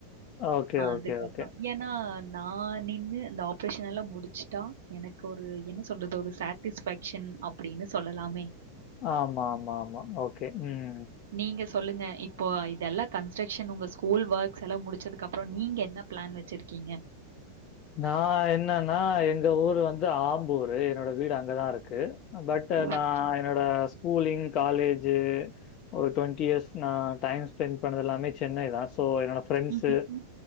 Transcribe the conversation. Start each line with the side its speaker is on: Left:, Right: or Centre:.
Left: ஓகே,
Right: அதுக்கப்றோம்
Left: ஓகே, ஓகே.
Right: ஆனா நான் நின்னு அந்த ஆப்ரேஷன் எல்லாம் முடிச்சுட்டா எனக்கு ஒரு என்ன சொல்றது சாட்டிஸ்பேக்க்ஷன் அப்டின்னு சொல்லலாமே
Left: ஆமா ஆமா ஆமா ஓகே உம்
Right: நீங்க சொல்லுங்க இப்போ இதெல்லா கன்ஸ்ட்ரக்ஷன் உங்க ஸ்கூல் ஒர்க்ஸ் எல்லா முடிச்சதுக்கு அப்பறோ நீங்க என்ன பிளான் வச் சிருக்கீங்க
Left: நா என்னன்னா எங்க ஊரு வந்து ஆம்பூரு என்னோட வீடு அங்கதா இருக்கு பட்
Right: ஓகே.
Left: நா என்னோட ஸ்கூலிங் காலேஜு ஒரு டுவெண்ட்டி இயர்ஸ் நா டைம ஸ்பெண்ட் பண்ணதெல்லாமே சென்னை தா சோ என்னோட ஃப்ரெண்ட்ஸ்சு
Right: ம்ஹ்ம்.